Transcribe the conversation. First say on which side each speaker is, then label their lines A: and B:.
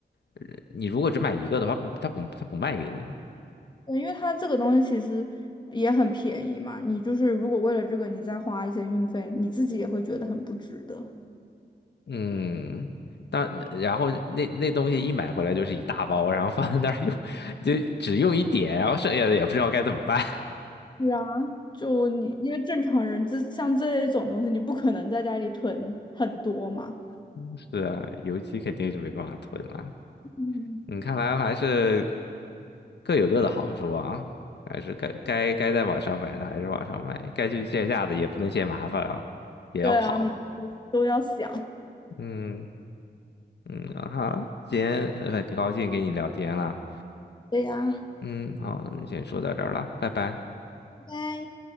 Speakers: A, on the left; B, on the left.
A: 呃你如果只买一个的话，不，他不他不卖给你。
B: 对，因为它这个东西其实也很便宜嘛，你就是如果为了这个你再花一些运费，你自己也会觉得很不值得。
A: 嗯，但然后那那东西一买回来就是一大包，然后放在那儿用，就只用一点，然后剩下的也不知道该怎么办。<laughs>
B: 是啊，就你因为正常人这像这一种东西，你不可能在家里囤很多嘛。
A: 是啊，油漆肯定是没办法囤了。
B: 嗯，
A: 你看来还是各有各的好处啊，还是该该该在网上买的还是网上买，该去线下的也不能嫌麻烦啊，也要跑。
B: 对啊，你都要想。
A: 嗯嗯啊哈，今天呃很高兴跟你聊天了。
B: 对呀，
A: 嗯，好，那么先说到这儿了，拜拜。
B: 拜拜。